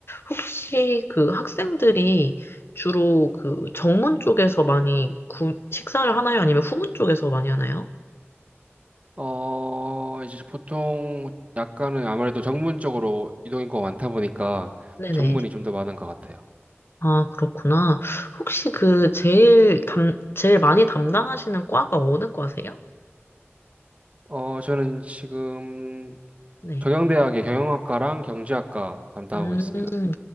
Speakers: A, on the left; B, on the right.
A: 혹시 그 학생들이 주로 그 정문 쪽에서 많이 구- 식사를 하나요? 아니면 후문 쪽에서 많이 하나요?
B: 어, 이제 보통 약간은 아무래도 정문 쪽으로 이동 인구가 많다 보니까
A: 네네.
B: 정문이 좀 더 많은 것 같아요.
A: 아, 그렇구나. 혹시 그 제일 담, 제일 많이 담당하시는 과가 어느 과세요?
B: 어, 저는 지금
A: 네.
B: 경영대학의 경영학과랑 경제학과 담당하고
A: 음,
B: 있습니다.